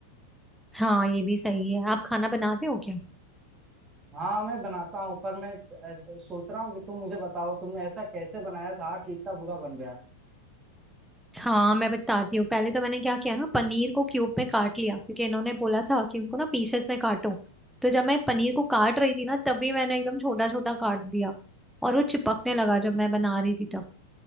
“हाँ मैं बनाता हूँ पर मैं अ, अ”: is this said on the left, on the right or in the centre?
Right